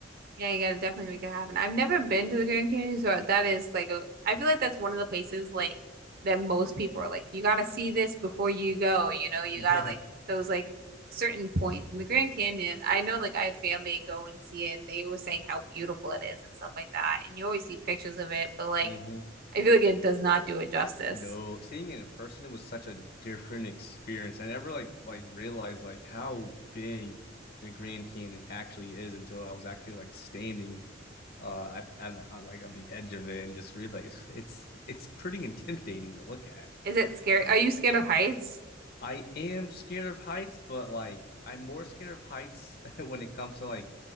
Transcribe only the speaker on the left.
Yeah.
hmm
No, seeing it in person, it was such a different experience. I never like like realized like how big the Grand Canyon actually is until I was actually like standing uh at, at, on like on the edge of it and just realized it's it's pretty intimidating to look at.
I am scared of heights, but like I'm more scared of heights <laughs> when it comes to like